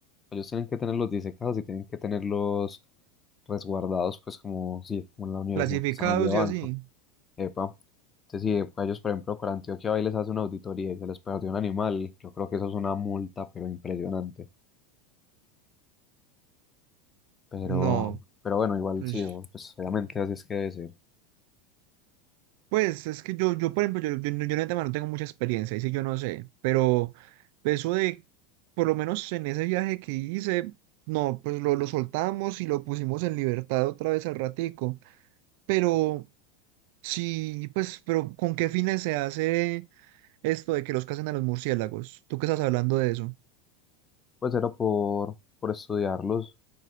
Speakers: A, on the left (about 25°); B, on the right (about 60°).
A: Ellos tienen que tenerlos disecados y tienen que tenerlos resguardados pues como, sí, como en la Universidad
B: clasificados
A: de San Luis de Banco.
B: y así.
A: Epa. Entonces, si pues, ellos, por ejemplo, por Antioquia va y les hace una auditoría y se les perdió un animal, yo creo que eso es una multa, pero impresionante. Pero,
B: No,
A: pero bueno, igual
B: pues,
A: sí, o- pues obviamente así es que debe ser.
B: pues, es que yo, yo por ejemplo, yo, yo, no- yo en el tema no tengo mucha experiencia, y sí yo no sé, pero eso de, por lo menos en ese viaje que hice, no, pues lo, lo soltamos y lo pusimos en libertad otra vez al ratico, pero sí, pues, pero ¿con qué fines se hace esto de que los casen a los murciélagos? ¿Tú qué estás hablando de eso?
A: Pues era por, por estudiarlos,